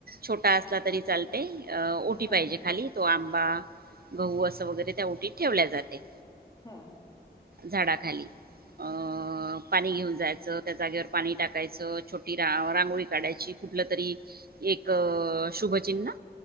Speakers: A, on the right; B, on the left.
A: छोटा असला
B: इकडं
A: तरी
B: काय
A: चालते.
B: आहे बघ?
A: अ ओटी
B: हां,
A: पाहिजे खाली तो आंबा गहू अस वगैरे त्या ओटीत ठेवल्या जाते
B: ह
A: झाडा खाली. अ पाणी घेऊन जायचं त्या जागेवर पाणी टाकायचं छोटी रा रांगोळी काढायची कुठल तरी एक शुभचिन्ह